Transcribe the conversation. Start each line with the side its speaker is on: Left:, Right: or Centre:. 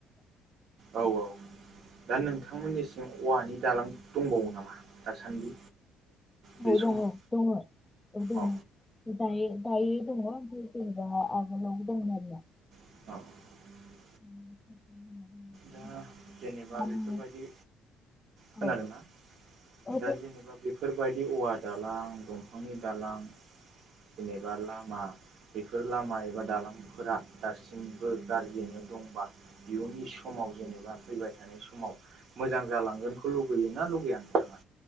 Right: औ औ दा नोंथांमोननिसिम औवानि दालां दंबावो नामा दासान्दि? बे
Left: औ
Right: समाव
Left: दङ दङ औ दङ
Right: अ
Left: दायो दायो दङ ओमफ्राय जेनेबा आगोलावबो दङमोन आरोना।
Right: <unintelligible>
Left: <unintelligible>
Right: दा जेनेबा
Left: गामि
Right: बेफोरबायदि खोनादों
Left: औ
Right: ना
Left: औ
Right: दा जेनेबा बेफोरबायदि औवा दालां दंफांनि दालां जेनेबा लामा बेफोर लामा
Left: खोनादों
Right: एबा दालांफोरा दासिमबो गाज्रियैनो दंबा इयुननि समाव जेनेबा फैबाय थानाय समाव मोजां जालांगोनखौ लुगैयोना लुगैया? नोंथाङा